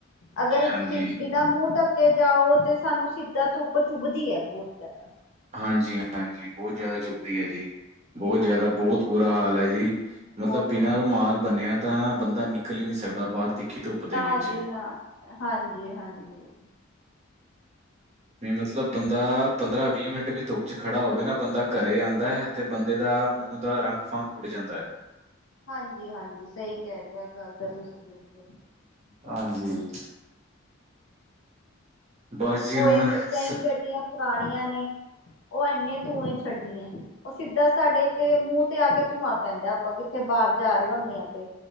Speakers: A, on the left; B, on the right.
A: ਅਗਰ
B: ਹਾਂਜੀ
A: ਸਿਧੀ ਨਾ ਮੂੰ ਢੱਕਕੇ ਜਾਓ। ਤੇ ਸਾਨੂੰ ਸਿੱਧਾ ਧੁੱਪ ਚੁੱਭਦੀ ਐ ਬੋਤ ਜਾਦਾ।
B: ਹਾਂਜੀ-ਹਾਂਜੀ ਬੋਤ ਜਾਦਾ ਚੁੱਭਦੀ ਐ ਜੀ। ਬੋਤ
A: ਹਾਂ
B: ਜਾਦਾ ਬੋਤ
A: ਹੁਣ
B: ਬੁਰਾ ਹਾਲ ਐ ਜੀ
A: ਬਹੁਤ
B: ਮਤਲਬ ਬਿਨਾਂ
A: ਬੁਰਾ
B: ਰੁਮਾਲ
A: ਹਾਲ ਹੈ।
B: ਬੰਨੇਆ ਤਾਂ ਬੰਦਾ ਨਿਕਲ ਈ ਨੀ ਸਕਦਾ। ਬਾਹਰ ਤਿੱਖੀ ਧੁੱਪ ਦੇ
A: ਨਾ
B: ਵਿੱਚ
A: ਜੀ ਨਾ ਹਾਂਜੀ-ਹਾਂਜੀ।
B: ਵੀ ਮਤਲਬ ਬੰਦਾ ਪੰਦਰਾਂ ਵੀ ਮਿੰਟ ਵੀ ਧੁੱਪ ਚ ਖੜਾ ਹੋਵੇ ਨਾ ਬੰਦਾ ਘਰੇ ਆਂਦਾ
A: ਹਾਂਜੀ
B: ਐ ਤੇ ਬੰਦੇ ਦਾ ਮੂੰਹ ਦਾ ਰੰਗ-ਫੰਗ ਉੱਡ ਜਾਂਦਾ ਐ।
A: ਹਾਂਜੀ-ਹਾਂਜੀ ਸਈ ਕੈ ਰੇਓ ਐ ਗੱਲ ਤਾਂ ਤੁਸੀ ਬਿਲਕੁਲ।
B: ਹਾਂਜੀ। ਬਸ
A: ਹੁਣ ਕੋਈ
B: ਜੀ
A: ਕਈ
B: ਸ
A: ਗੱਡੀਆਂ ਪੁਰਾਣੀਆਂ ਨੇ ਓ ਐਨੇ ਧੂੰਏ ਛੱਡਦੀਆਂ। ਓ ਸਿੱਧਾ ਸਾਡੇ ਤੇ ਮੂੰਹ ਤੇ ਆ ਕੇ ਧੂੰਆਂ ਪੈਂਦਾ। ਆਪਾਂ ਕਿੱਥੇ ਬਾਰ ਜਾ ਰੇ ਹੁਣੇ ਆਂ ਤੇ